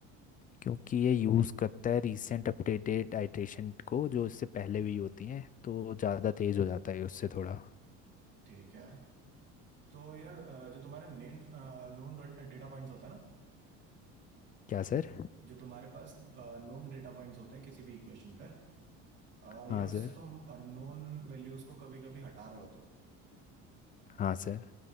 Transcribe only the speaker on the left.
क्योंकि ये यूज़ करता है रीसेंट अपडेटेड आइटरेशन को जो इससे पहले भी होती हैं तो ज़्यादा तेज़ हो जाता है उससे थोड़ा
क्या सर
हाँ
सर
हाँ सर